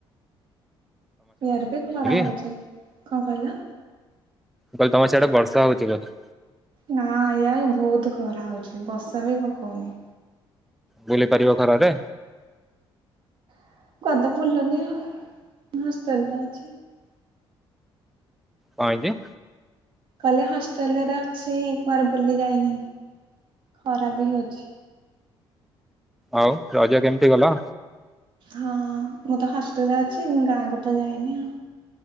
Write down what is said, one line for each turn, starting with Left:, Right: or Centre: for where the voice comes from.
Right: ୟାଡେ ବି ଖରା ହଉଛି
Centre: ମୁଁ
Right: କଣ କହିଲ
Centre: କହିଲି ତମର ସିଆଡେ ବର୍ଷା ହଉଛି ବୋଧେ।
Right: ନା ୟା ବହୁତ ଖରା ହଉଛି ବର୍ଷା ବି ପକଉନି।
Centre: ବୁଲି ପାରିବ ଖରା ରେ।
Right: <unintelligible>
Centre: କଁ ହେଇଛି
Right: କହିଲେ ହଷ୍ଟେଲ ରେ ଅଛି କୁଆଡେ ତ ବୁଲି ଯାଇନି ଖରା ବି ହଉଛି।
Centre: ଆଉ ରଜା କେମିତି ଗଲା
Right: ହଁ ମୁଁ ତ ହଷ୍ଟେଲ ରେ ଅଛି ମୁ ଗାଁ କୁ ତ ଯାଇନି ଆଉ